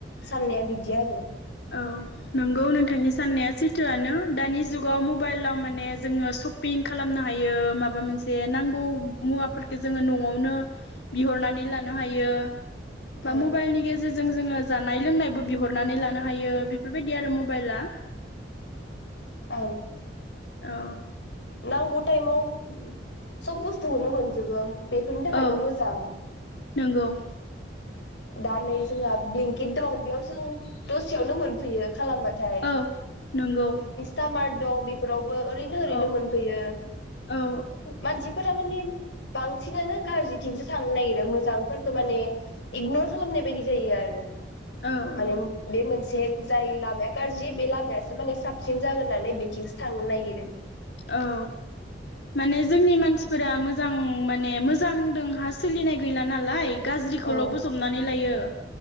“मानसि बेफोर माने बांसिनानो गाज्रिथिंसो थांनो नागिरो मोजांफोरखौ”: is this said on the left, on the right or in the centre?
Left